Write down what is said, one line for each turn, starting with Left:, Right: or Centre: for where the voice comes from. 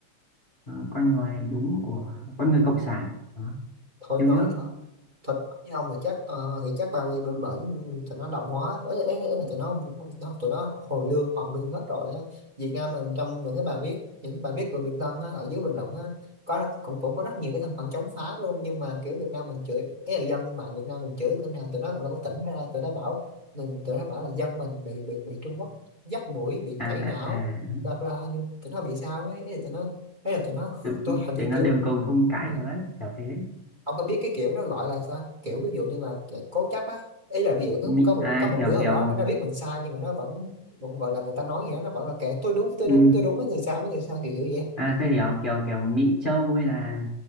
Left: ờ, con người đúng của con người cộng sản đó
Right: thôi
Left: yêu
Right: nói
Left: nước
Right: thật với ông thì chắc ờ, thì chắc ba quê bên bển tụi nó đồng hóa ấy, ấy, ấy là tụi nó không- nó- tụi nó hồi lương hoàn lương hết rồi á. Việt Nam mình trong những cái bài viết những bài viết của Việt Tân á, ở dưới bình luận á, có cũng cũng có rất nhiều cái thành phần chống phá luôn nhưng mà kiểu Việt Nam mình chửi cái là dân mạng Việt Nam mình chửi cái nào tụi nó cũng đâu có tỉnh ra tụi nó bảo đừng- tụi nó bảo là dân mình bị bị bị Trung Quốc dắt mũi bị
Left: à
Right: tẩy não
Left: à à
Right: bla bla nhưng tụi nó bị sao ấy ấy là tụi nó ấy là tụi nó
Left: tự
Right: tôi hình như
Left: thế nó
Right: kiểu
Left: đường cùng không cãi
Right: ờ,
Left: được đấy kiểu thế
Right: ông có biết cái kiểu nó gọi là sao kiểu ví dụ như là cố chấp á ý là ví dụ có
Left: Mị,
Right: có một
Left: à,
Right: có một
Left: kiểu
Right: đứa ở
Left: kiểu
Right: đó nó đã biết mình sai nhưng mà nó vẫn vẫn gọi là người ta nói gì đó nó vẫn là kệ tôi đúng tôi
Left: ừ,
Right: đúng tôi đúng với người sai với người sai kiểu kiểu vậy
Left: À, tôi hiểu kiểu kiểu Mỹ Châu hay là